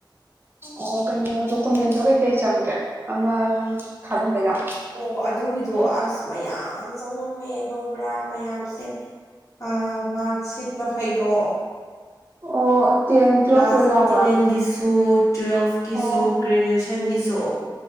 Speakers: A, on the right (about 25°); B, on the left (about 40°).
A: ꯑꯣ ꯀꯩꯅꯣ ꯗꯣꯀꯨꯃꯦꯟꯗꯣ ꯀꯩꯀꯩ ꯆꯪꯒꯦ ꯑꯃ ꯅꯪꯒꯤ ꯊꯥꯖꯤꯟꯕꯩꯗꫭ
B: ꯑꯣ ꯑꯗꯨꯒꯤꯗꯣ ꯑꯁ ꯃꯌꯥꯝ ꯆꯪꯉꯝꯃꯦ ꯈꯪꯕ꯭ꯔꯥ ꯃꯌꯥꯝꯁꯦ ꯑ ꯃꯥꫪꯛꯁꯤꯠ ꯃꯈꯩꯗꯣ
A: ꯑꯣ ꯇꯦꯟ ꯇꯨꯋꯦꯜꯐ
B: ꯀ꯭ꯂꯥꯁ
A: ꯂꯣꯏ ꯌꯥꯎꯕ꯭ꯔꯥ
B: ꯇꯦꯟꯒꯤꯁꯨ ꯇꯨꯋꯦꯜꯐꯀꯤꯁꯨ
A: ꯑꯣ
B: ꯒ꯭ꯔꯦꯖꯨꯋꯦꯁꯟꯒꯤꯁꯨ